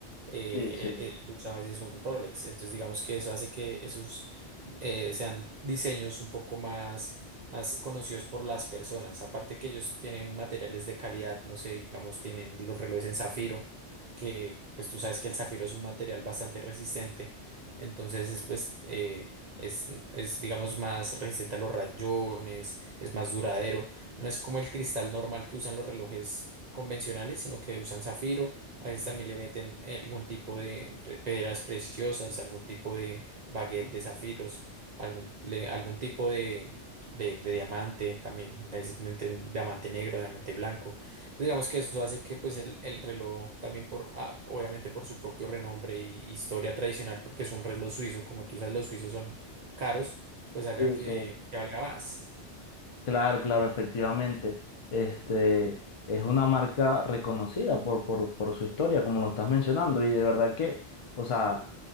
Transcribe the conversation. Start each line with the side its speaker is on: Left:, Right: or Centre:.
Right: eh,
Left: Sí, sí,
Right: él, él usa a veces un Rolex, entonces digamos que eso hace que esos eh, sean diseños un poco más más conocidos por las personas. Aparte que ellos tienen materiales de calidad, no sé, digamos, tienen los relojes en zafiro, que pues tú sabes que el zafiro es un material bastante resistente, entonces es pues eh, es, es digamos más resistente a los rayones, es más duradero. No es como el cristal normal que usan los relojes convencionales, sino que usan zafiro. A veces también le meten algún tipo de pre- piedras preciosas, algún tipo de baguette de zafiros, algún, le- algún tipo de, de, de diamante, también de, ese- de- diamante negro, diamante blanco. Entonces digamos que eso hace que pues el, el reloj también por, ah, obviamente por su propio renombre y historia tradicional, porque es un reloj suizo, como tú sabes, los suizos son caros, pues haga
Left: sí,
Right: que,
Left: sí.
Right: que valga más.
Left: Claro, claro, efectivamente. Este es una marca reconocida por, por, por su historia, como lo estás mencionando, y de verdad que, o sea,